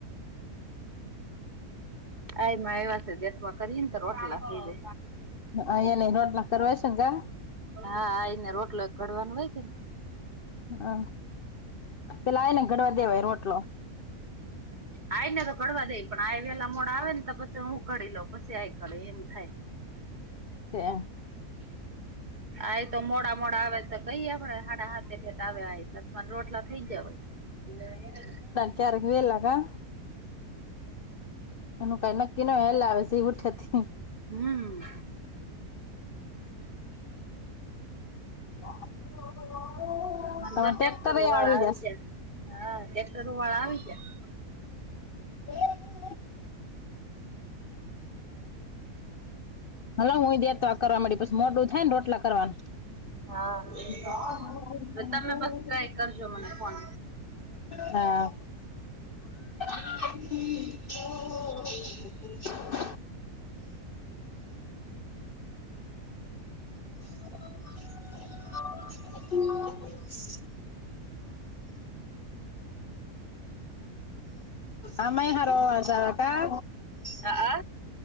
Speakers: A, on the right (about 30°); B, on the left (about 65°).
A: આમાં એવા છે ગેસમા કરી ને તો રોટલા થી દે
B: હા એ નઈ રોટલા કરવાય છે જા
A: હા આ આવીને રોટલો કડવાનું હોય કે ને
B: હમ પેલા એને ઘડવા દેવાય રોટલો.
A: આઈ ને તો ઘડવા દે પણ આ વેલા મોડ આવે ને તો પછી હું ઘડી લઉં પછી આઈ ઘડ એમ થાય.
B: છે.
A: <inaudible> આ તો મોડા મોડા આવે તો કઈએ આપડે હાડા હાથે ઠેટ આવે આ રોટલા થઈ જવાય.
B: ક્યારેગ વેલા કા એનું કઈ નક્કી ન વેલા આવે જઈ ઉઠે તઈ
A: હમ.
B: <inaudible>
A: મા તો ટ્રેક્ટરો
B: ટ્રેક્ટર એ
A: વાળા આવી
B: જશે
A: જ હા ટ્રેક્ટરો વાળા આવી જાય.
B: એ <unintelligible> હલો હુંય દેતવા આ કરવા પછી મોટું થાય ને રોટલા કરવા <inaudible>
A: હા તો તમે બસ ટ્રાય કરજો મને ફોન.
B: હા <unintelligible> <inaudible> હમ <unintelligible> આમે મારો અવાજ આવે કા
A: હા